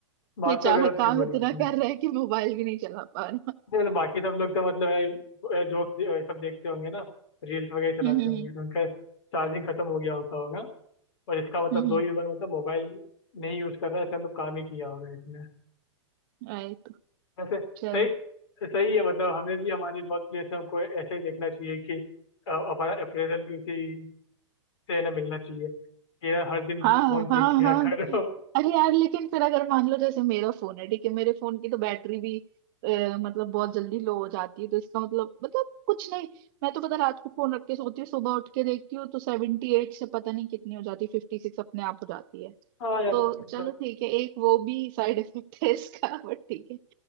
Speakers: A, on the left; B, on the right.
A: बात
B: बेचारा
A: तो गलत नहीं
B: काम
A: बोली
B: इतना
A: उसने
B: कर रहा है कि मोबाइल भी नहीं चला पा रहा
A: नहीं मतलब बाकी सब लोग तो मतलब जोक सब देखते होंगे ना रील्स वगैरह चलाते
B: हम्म हम्म
A: होंगे तो उनका चार्जिंग खत्म हो गया होता होगा और इसका मतलब
B: हम्म
A: दो ही बार मतलब मोबाइल नहीं यूज कर रहा है इसका मतलब काम ही किया होगा
B: राइट
A: वैसे
B: चलो
A: सही सही है मतलब हमें भी हमारे वर्क प्लेस में को ऐसे ही देखना चाहिए कि अ, हमारा अप्रेजल भी उसी से ना मिलना चाहिए कि यार हर दिन
B: हाँ
A: फोन चेक
B: हाँ
A: किया
B: हाँ
A: करो
B: अरे यार लेकिन फिर अगर मान लो जैसे मेरा फोन है ठीक है मेरे फोन की तो बैटरी भी अ, मतलब बहुत जल्दी लो हो जाती है तो इसका मतलब मतलब कुछ नहीं मैं तो पता रात को फोन रख के सोती हूँ सुबह उठ के देखती हूँ तो सेवेंटी एट से पता नहीं कितनी हो जाती है फिफ्टी सिक्स अपने आप हो जाती है
A: हाँ यार
B: तो
A: मतलब
B: चलो ठीक है एक वो भी साइड इफेक्ट है इसका <laughs> बट ठीक है